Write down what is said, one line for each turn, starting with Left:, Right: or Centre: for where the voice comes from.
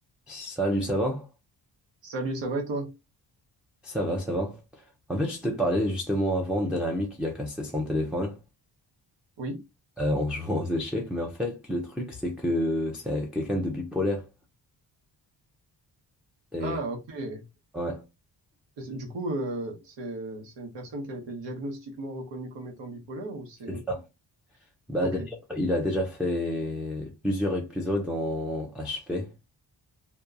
Centre: Salut, ça va?
Right: Salut, ça va et toi?
Centre: Ça va, ça va. En fait, je te parlais justement avant d'un ami qui a cassé son téléphone
Right: Oui.
Centre: euh, en <laughs> jouant aux échecs, mais en fait, le truc, c'est que c'est quelqu'un de bipolaire. Et
Right: Ah, ok. Et
Centre: ouais,
Right: c'est- Du coup, euh, c'est c'est une personne qui a été diagnostiquement reconnue comme étant bipolaire ou c'est...
Centre: c'est ça. Bah,
Right: Ok,
Centre: d'ailleurs, il a déjà fait plusieurs épisodes en HP.